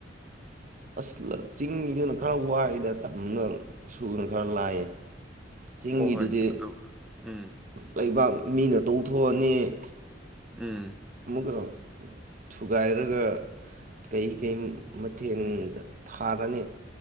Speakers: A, on the right; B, in the centre.
A: ꯑꯁ ꯆꯤꯡꯅꯤꯗꯨꯅ ꯈꯔ ꯋꯥꯏꯗ ꯇꯝꯅ ꯁꯨꯅ ꯈꯔ ꯂꯥꯏꯌꯦ ꯆꯤꯡꯒꯤꯗꯨꯗꯤ
B: ꯍꯣ ꯍꯣꯏ ꯑꯗꯨ ꯎꯝ
A: ꯂꯩꯕꯥꯛ ꯃꯤꯅ ꯇꯧꯊꯣꯛꯑꯅꯤ
B: ꯎꯝ
A: ꯑꯃꯨꯛ ꯊꯨꯒꯥꯏꯔꯒ ꯀꯩ ꯀꯩ ꯃꯊꯦꯜꯗ ꯊꯥꯔꯅꯤ